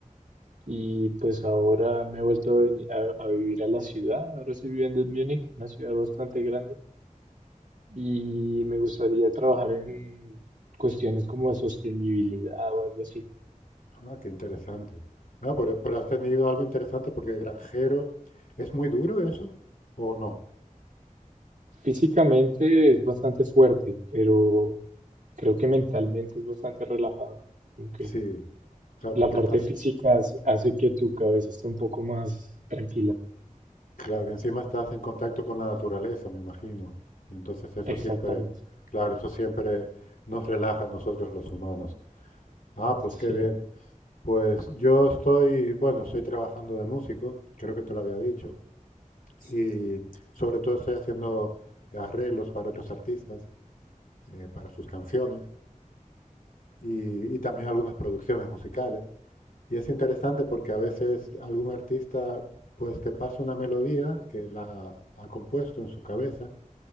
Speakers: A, on the right (about 70°); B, on the left (about 85°).
A: Y pues ahora me he vuelto a, veni- a- a vivir a la ciudad. Ahora estoy viviendo en Múnich, una ciudad bastante grande. Y me gustaría trabajar en cuestiones como de sostenibilidad o algo así.
B: Ah, qué interesante. Ah, pero, pero has tenido algo interesante porque granjero, ¿es muy duro eso o no?
A: Físicamente es bastante fuerte, pero creo que mentalmente es bastante relajado. Como que
B: Sí, claro,
A: la
B: porque
A: parte
B: estás,
A: física hace, hace que tu cabeza esté un poco más tranquila.
B: claro, y encima estás en contacto con la naturaleza, me imagino. Y entonces eso
A: Exactamente.
B: siempre, claro, eso siempre nos relaja a nosotros los humanos. Ah, pues
A: Sí.
B: qué bien. Pues yo estoy, bueno, estoy trabajando de músico, creo que te lo había dicho, y sobre todo estoy haciendo arreglos para otros artistas, eh, para sus canciones y, y también algunas producciones musicales. Y es interesante porque a veces algún artista pues te pasa una melodía que la ha compuesto en su cabeza,